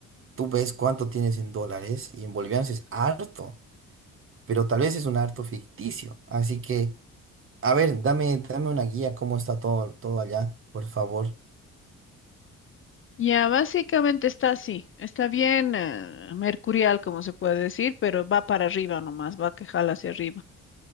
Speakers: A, on the right; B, on the left.
A: tú ves cuánto tienes en dólares y en bolivianos es harto, pero tal vez es un harto ficticio, así que... A ver, dame, dame una guía, cómo está todo, todo allá, por favor.
B: Ya, básicamente está así, está bien eh, mercurial, como se puede decir, pero va para arriba nomás, va que jala hacia arriba.